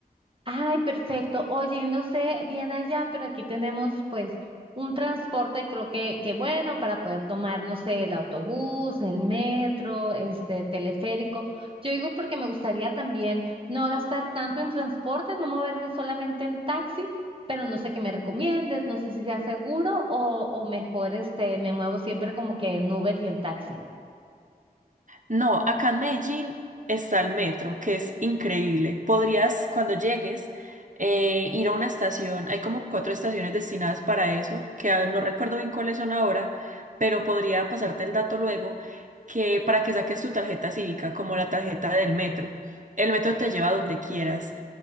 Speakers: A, on the right; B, on the right.
A: Ay, perfecto. Oye, no sé bien allá, pero aquí tenemos pues un transporte, creo que, que bueno, para poder tomar, no sé, el autobús, el metro, este teleférico. Yo digo porque me gustaría también no gastar tanto en transporte, no moverme solamente en taxi, pero no sé qué me recomiendes, no sé si sea seguro o, o mejor este, me muevo siempre como que en Uber y en taxi.
B: No, acá en Medellín está el metro, que es increíble. Podrías, cuando llegues, eh, ir a una estación. Hay como cuatro estaciones destinadas para eso, que ah, no recuerdo bien cuáles son ahora, pero podría pasarte el dato luego, que para que saques tu tarjeta cívica, como la tarjeta del metro. El metro te lleva a donde quieras.